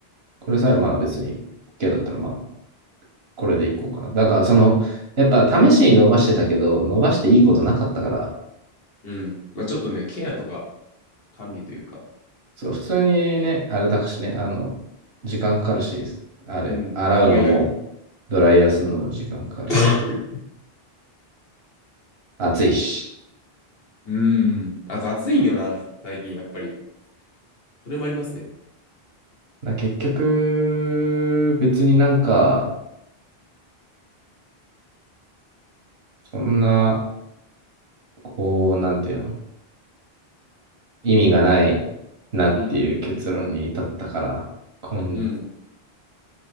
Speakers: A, on the right; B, on the left.
A: これさえ、まあ別に OK だったら、まあ、これでいこうかな。だから、その、やっぱ試しに伸ばしてたけど、
B: うん。
A: 伸ばしていいことなかったから、
B: うん。まあちょっとね、ケアとか管理というか。
A: そう、普通にね、あれだしね、あの、時間かかるし、あれ、
B: うん。
A: 洗うのも、
B: ドライヤー
A: ドライヤーするのも時間かかるし、
B: <coughs>
A: 暑いし。
B: うん。あと暑いんよな、最近やっぱり。それもありますね。
A: だ結局、別になんか、そんな、こう、なんていうの、意味がないなっていう結論に至ったから、
B: うん。
A: 今
B: うん。